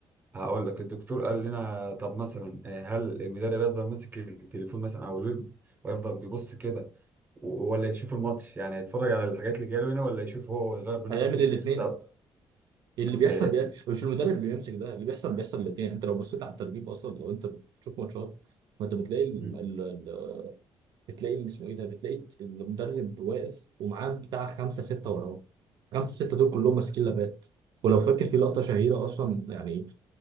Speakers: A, on the right; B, on the right.
A: هقول لك الدكتور قال لنا طب مثلا آه، هل المدرب يفضل ماسك التليفون مثلا او الويب ويفضل بيبص كده و- ولا يشوف الماتش يعني يتفرج على الحاجات اللي جايه له هنا ولا يشوف هو ويغير بنفسه
B: هيعمل الاثنين
A: طب
B: اللي بيحصل
A: آه،
B: بي... مش المدرب اللي بيمسك ده اللي بيحصل بيحصل الاثنين انت لو بصيت على التدريب اصلا لو انت بتشوف ماتشات ما انت بتلاقي ال...
A: مم.
B: ال... ال... بتلاقي اللي اسمه ايه ده بتلاقي المدرب واقف ومعاه بتاع خمسه سته وراه خمسه سته دول كلهم ماسكين لابات ولو فاكر في لقطه شهيره اصلا يعني